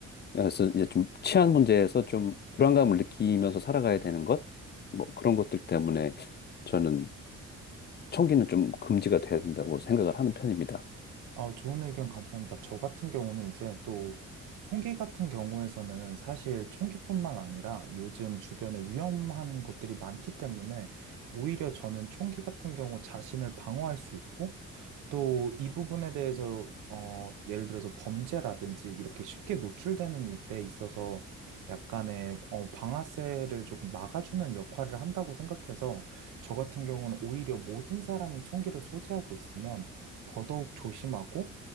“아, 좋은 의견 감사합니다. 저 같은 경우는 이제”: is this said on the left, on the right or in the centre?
Right